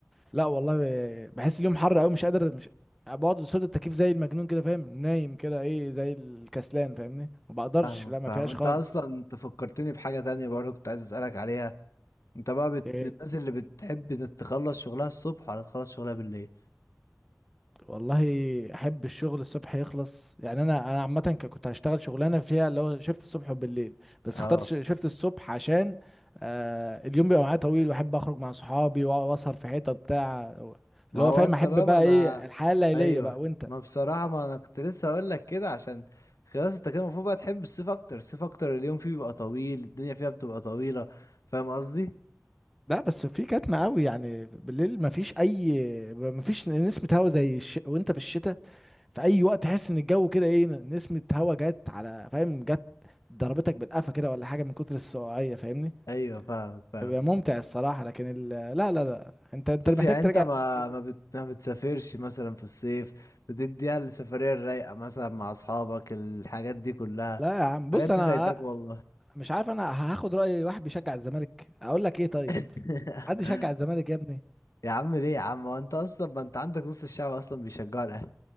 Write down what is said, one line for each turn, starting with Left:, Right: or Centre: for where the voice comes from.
Centre: لا والله ب- بحس اليوم حر قوي مش قادر مش بقعد قصاد التكييف زي المجنون كده فاهم نايم كده ايه زي الكسلان فاهمني ما بقدرش
Left: فاهمك
Centre: لا ما
Left: فاهم
Centre: فيهاش
Left: انت
Centre: خالص
Left: اصلا انت فكرتني بحاجة تانية برضه كنت عايز اسألك عليها انت بقى بت...
Centre: إيه،
Left: من الناس اللي بتحب إنك تخلص شغلها الصبح ولا تخلص شغلها بالليل
Centre: والله احب الشغل الصبح يخلص يعني انا انا عامه ك- كنت هشتغل شغلانه فيها اللي هو شيفت الصبح وبالليل بس
Left: اه
Centre: اخترت ش- شيفت الصبح عشان آه اليوم بيبقى معايا طويل واحب اخرج مع صحابي وأ- واسهر في حته بتاع
Left: ما
Centre: اللي
Left: هو
Centre: هو فاهم
Left: انت
Centre: احب
Left: بقى
Centre: بقى
Left: ما انا
Centre: ايه الحياه الليليه
Left: ايوه
Centre: بقى وانت
Left: ما بصراحة ما انا كنت لسه اقول لك كده عشان خلاص انت كده المفروض بقى تحب الصيف اكتر الصيف اكتر اليوم فيه بيبقى طويل الدنيا فيها بتبقى طويلة فاهم قصدي
Centre: لا بس في كتمة قوي يعني بالليل مفيش اي مفيش نسمة هوا زي الش... وانت في الشتاء في اي وقت تحس ان الجو كده ايه نسمة هوا جت على فاهم جت ضربتك بالقفا كده ولا حاجة من كتر السقوعية فاهمني
Left: ايوه فاهمك فاهم
Centre: بيبقى ممتع الصراحة لكن ال... لا لا لا انت انت
Left: صيف
Centre: محتاج
Left: يعني
Centre: تراجع
Left: انت ما
Centre: نفسك يا ابني.
Left: ما, بت... ما بتسافرش مثلا في الصيف بتديها السفرية الرايقة مثلا مع اصحابك الحاجات دي كلها
Centre: لا يا عم
Left: الحاجات
Centre: بص
Left: دي
Centre: انا
Left: فايتك والله
Centre: مش عارف انا هاخد رأي واحد بيشجع الزمالك اقول لك ايه طيب
Left: <laughs>
Centre: حد يشجع الزمالك يا ابني
Left: يا عم ليه يا عم هو انت اصلا ما انت عندك نص الشعب اصلا بيشجعوا الاهلي